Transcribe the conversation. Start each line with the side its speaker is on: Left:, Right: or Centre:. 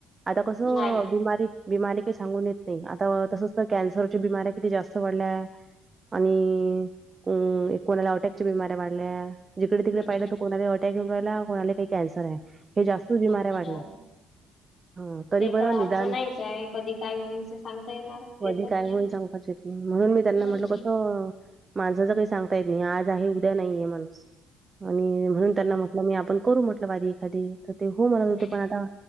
Right: आता कसं
Left: नाही.
Right: बिमारी, बिमारी काही सांगून येत नाही आता तसच तर कॅन्सरच्या बिमऱ्या किती जास्त वाढल्या, आणि, कोणाला अटॅकच्या बिमऱ्या वाढल्या. जिकडे तिकडे
Left: हम्म
Right: पाहिलं तर कोणाला अटॅक येऊन राहिला कोणाला काही कॅन्सर आहे, हे जास्तच बिमाऱ्या
Left: हो
Right: वाढल्या.
Left: हो
Right: हां, तरी
Left: ते
Right: बरं
Left: तर आता
Right: निदान
Left: नाय काय कधी काय होईल ते सांगता येणारच येतच
Right: कधी काय
Left: नाही
Right: होईल
Left: ना.
Right: सांगताच येत म्हणून मी त्यांना
Left: हम्म
Right: म्हटलं कसं माणसाचं काही सांगता येत नाही आज आहे उद्या नाहीय माणूस. आणि म्हणून त्यांना म्हटलं मी आपण करू म्हटलं वारी एखादी. तर ते हो मला
Left: हम्म.
Right: पण आता,